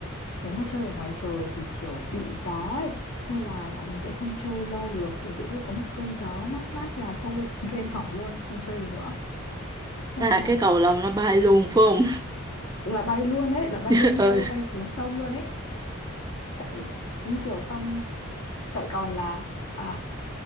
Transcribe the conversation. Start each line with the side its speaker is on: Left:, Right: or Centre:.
Left: Nếu mà chơi ở ngoài trời thì kiểu bị gió ấy, nên là bọn mình sẽ không chơi lâu được, kiểu tự dưng có một cơn gió mát mát là thôi <laughs> game hỏng luôn, không chơi được nữa. Thế
Right: À
Left: là
Right: cái cầu lông nó bay luôn phải không?
Left: là bay luôn đấy, là bay
Right: <laughs>
Left: lên
Right: ừ.
Left: cây, bay xuống sông luôn ấy. tại như kiểu xong tại còn là à,